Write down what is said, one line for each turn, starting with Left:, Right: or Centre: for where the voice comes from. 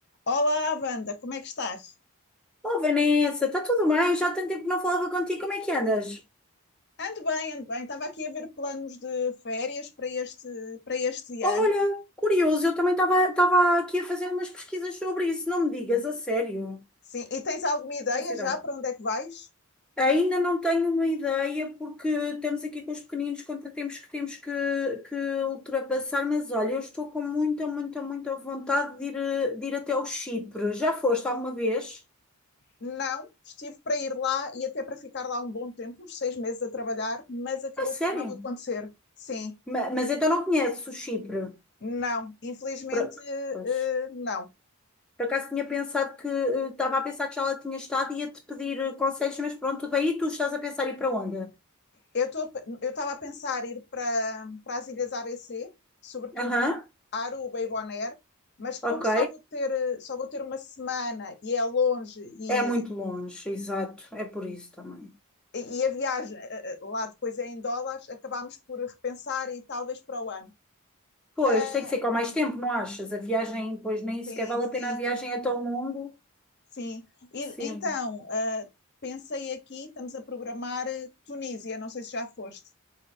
Left: Olá, Wanda, como é que estás?
Centre: Oh, Vanessa, está tudo bem? Já há tanto tempo que não falava contigo, como é que andas?
Left: Ando bem, ando bem. Estava aqui a ver planos de férias para este, para este
Centre: Olha,
Left: ano.
Centre: curioso, eu também estava estava aqui a fazer umas pesquisas sobre isso, não me digas, a sério.
Left: Sim, e tens alguma ideia
Centre: Curiosidade.
Left: já para onde é que vais?
Centre: Ainda não tenho uma ideia, porque estamos aqui com os pequeninos, quanto temos que temos que, que ultrapassar, mas olha, eu estou com muita, muita, muita vontade de ir, eh, de ir até ao Chipre. Já foste alguma vez?
Left: Não, estive para ir lá e até para ficar lá um bom tempo, uns seis meses a trabalhar, mas acabou
Centre: A sério?
Left: por não acontecer. Sim,
Centre: Ma- Mas, então não conheces o Chipre?
Left: não, infelizmente,
Centre: Por-
Left: eh,
Centre: Pois.
Left: eh, não.
Centre: Por acaso tinha pensado que eh, estava a pensar que já lá tinha estado e ia-te pedir eh, conselhos, mas pronto, tudo tu estás a pensar ir para onde?
Left: Eu estou, eu estava a pensar ir para para as ilhas ABC, sobretudo
Centre: Aham,
Left: Aruba e Bonaire, mas como
Centre: ok.
Left: só vou ter eh, só vou ter uma semana e é longe e
Centre: É muito longe, exato. É por isso também.
Left: e a viagem eh, eh, lá depois é em dólares, acabámos por repensar e talvez para o ano.
Centre: Pois,
Left: Ah,
Centre: tem que ser com mais tempo, não achas? A viagem, pois nem
Left: sim,
Centre: sequer vale
Left: sim,
Centre: a pena, a viagem é tão longo.
Left: sim. E
Centre: Sim.
Left: então, ah, pensei aqui, estamos a programar eh, Tunísia, não sei se já foste.